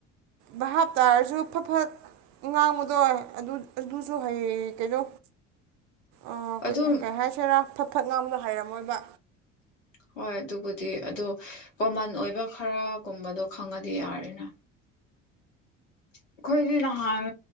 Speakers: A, on the right (about 50°); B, on the left (about 80°).
A: ꯚꯥꯍꯥꯞ ꯇꯥꯥꯔꯁꯨ ꯐꯠ ꯐꯠ ꯉꯥꯡꯕꯗꯣ ꯑꯗꯨ ꯑꯗꯨꯁꯨ ꯍꯩ ꯇꯦꯗꯣ ꯑꯣ
B: ꯑꯗꯨꯝ
A: ꯀꯩ ꯀꯩ ꯍꯥꯏꯁꯤꯔꯥ ꯐꯠ ꯐꯠ ꯉꯥꯡꯕꯗꯣ ꯍꯩꯔꯝꯃꯣꯏꯕ
B: ꯍꯣꯏ ꯑꯗꯨꯕꯨꯗꯤ ꯑꯗꯣ ꯀꯣꯃꯟ ꯑꯣꯏꯕ ꯈꯔꯒꯨꯝꯕꯗꯣ ꯈꯪꯉꯗꯤ ꯌꯥꯔꯦꯅ ꯑꯩꯈꯣꯏꯗꯤ ꯅꯍꯥꯟ